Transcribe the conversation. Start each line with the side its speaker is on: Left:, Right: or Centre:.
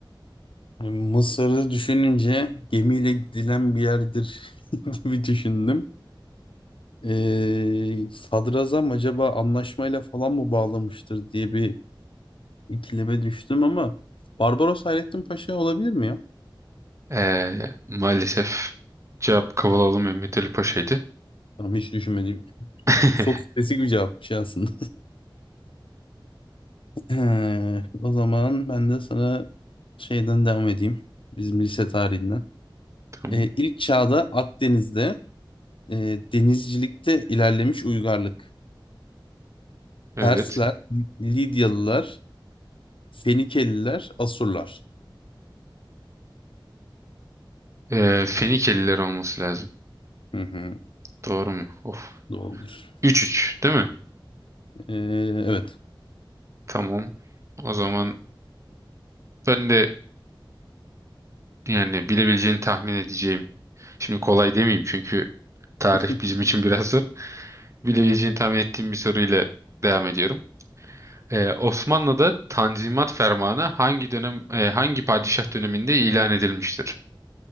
Left: E, Mısır'ı düşününce gemiyle gidilen bir yerdir <laughs> gibi düşündüm. Ee, sadrazam acaba anlaşmayla falan mı bağlamıştır diye bir ikileme düştüm ama Barbaros Hayrettin Paşa olabilir mi ya?
Right: Ee, maalesef cevap Kavalalı Mehmet Ali Paşa'ydı.
Left: Tamam hiç düşünmedim.
Right: <laughs>
Left: Çok spesifik bir cevapmış aslında. He, o zaman ben de sana şeyden devam edeyim. Bizim lise tarihinden.
Right: Tamam.
Left: E, ilk çağda Akdeniz'de e, denizcilikte ilerlemiş uygarlık.
Right: Evet.
Left: Persler, Lidyalılar, Fenikeliler, Asurlar.
Right: Ee, Fenikeliler olması lazım.
Left: Hı hı,
Right: Doğru mu? Of.
Left: doğrudur.
Right: 3-3 değil mi?
Left: E, evet.
Right: Tamam. O zaman ben de yani bilebileceğini tahmin edeceğim. Şimdi kolay demeyeyim çünkü tarih
Left: <laughs>
Right: bizim için biraz zor. Bilebileceğini tahmin ettiğim bir soruyla devam ediyorum. Ee, Osmanlı'da Tanzimat Fermanı hangi dönem e, hangi padişah döneminde ilan edilmiştir?